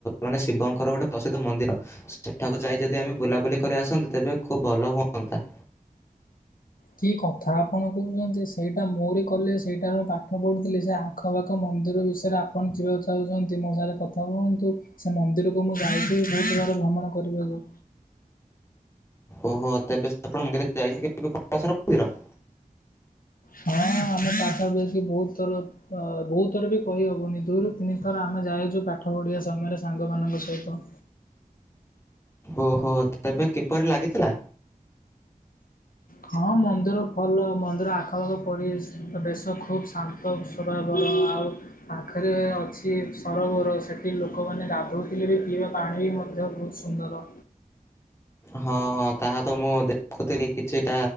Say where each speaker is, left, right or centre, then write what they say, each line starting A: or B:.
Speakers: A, on the left; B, on the left.
A: ମାନେ ଶିବଙ୍କର ଗୋଟେ ପ୍ରସିଦ୍ଧ ମନ୍ଦିର। ସେଠାକୁ ଯାଇ ଯଦି ଆମେ ବୁଲାବୁଲି କରି ଆସନ୍ତେ ତେବେ ଖୁବ୍ ଭଲ ହୁଅନ୍ତା।
B: କି କଥା ଆପଣ କହୁଛନ୍ତି ସେଇଟା ମୋରି କଲେଜ ସେଇଟାରେ ମୁଁ ପାଠ ପଢୁଥିଲି ସେ ଆଁ ଖପାଖ ମନ୍ଦିର ବିଷୟରେ ଆପଣ ଯିବାକୁ ଚାହୁଁଛନ୍ତି ମୋ ସାଙ୍ଗେରେ କଥା ହୁଅନ୍ତୁ। ସେ ମନ୍ଦିରକୁ ମୁଁ ଯାଇଛି ଭୋଉତୁ ବାର ଭ୍ରମଣ କରିବାକୁ।
A: ଓହୋ ତେବେ <inaudible> ଆପଣ ମନ୍ଦିର ଯାଇଛନ୍ତି କେବେ <inaudible> ଶ୍ୱର ମନ୍ଦିର।
B: ହଁ ଆମେ ପାଖା ପାଖି ଭୋଉତ ଥର ଅ ଭୋଉତ ଥର ବି କହିହବନି ଦୁଇରୁ ତିନି ଥର ଆମେ ଯାଇଛୁ ପାଠ ପଢିବା ସମୟରେ ସାଙ୍ଗମାନଙ୍କ ସହିତ।
A: ଓହୋ ତବେ କିପରି ଲାଗିଥିଲା।
B: ହଁ ମନ୍ଦିର ଭଲ ମନ୍ଦିର ଆଖପାଖ ପରିବେଶ୍ ଆ ବେଶ ଖୁବ୍ ଶାନ୍ତ ସ୍ୱଭାବର ଆଉ ପାଖେରେ ଅଛି ସରୋବର ସେଠି ଲୋକମାନେ ଗାଧୋଉଥିଲେ ବି ପିଇବା ପାଣି ବି ମଧ୍ୟ <unintelligible> ସୁନ୍ଦର।
A: ହଁ ହଁ ତାହା ତ ମୁଁ ଦେଖୁଥିଲି କିଛିଟା